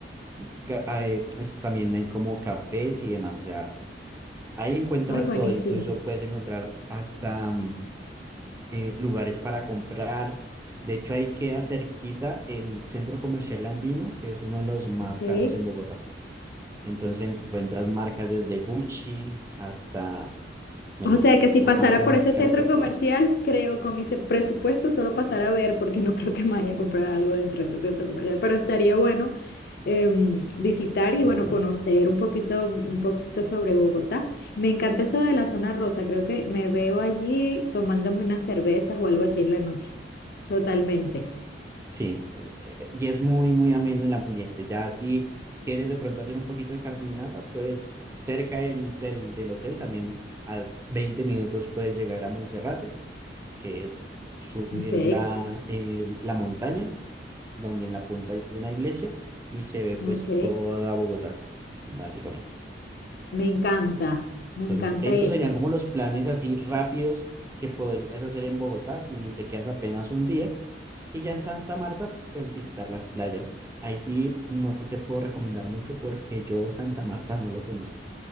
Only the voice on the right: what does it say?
mm, ga- ah, eh, es- también hay como cafés y demás. O sea, ahí encuentras
todo. Incluso puedes encontrar hasta mm, eh, lugares para comprar. De hecho, ahí queda cerquita el centro comercial andino, que es uno de los más
caros en Bogotá. Entonces encuentras marcas desde Gucci hasta, bueno,
las
marcas
más
caras
que tú
conozcas,
¿verdad?
Sí, eh, eh, y es muy, muy ameno el ambiente. Ya si quieres de pronto hacer un poquito de caminata, pues cerca del, del, del hotel también a 20 minutos puedes llegar a Monserrate, que es subir
la, el- la montaña, donde en la punta hay una iglesia y se ve pues
toda Bogotá, básicamente.
Entonces,
esos
serían como los planes así rápidos que podrías hacer en Bogotá si te quedas apenas un día. Y ya en Santa Marta, pues visitar las playas. Ahí sí no te puedo recomendar mucho porque yo Santa Marta no lo conozco.